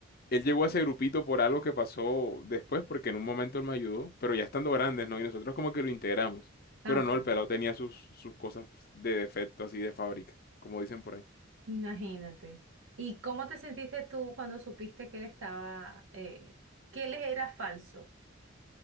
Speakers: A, on the left (about 50°); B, on the right (about 75°).
A: él llegó a ese grupito por algo que pasó después, porque en un momento él me ayudó, pero ya estando grandes, ¿no? Y nosotros como que lo integramos. Pero
B: ah, ok.
A: no, el pelado tenía sus, sus cosas de defecto así de fábrica, como dicen por ahí.
B: Imagínate. ¿Y cómo te sentiste tú cuando supiste que él estaba, eh, que él era falso?